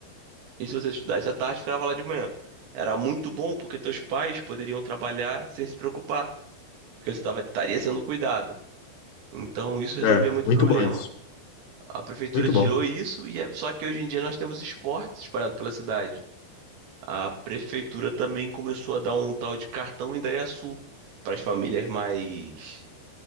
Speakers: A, on the right; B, on the left.
A: E se você estudasse à tarde, ficava lá de manhã. Era muito bom porque teus pais poderiam trabalhar sem se preocupar, porque você tava, estaria sendo cuidado. Então isso resolvia
B: É,
A: muito
B: muito
A: problema.
B: bom isso.
A: A prefeitura
B: Muito
A: tirou
B: bom.
A: isso e é- só que hoje em dia nós temos esportes espalhados pela cidade. A prefeitura também começou a dar um tal de cartão Indaiaçu para as famílias mais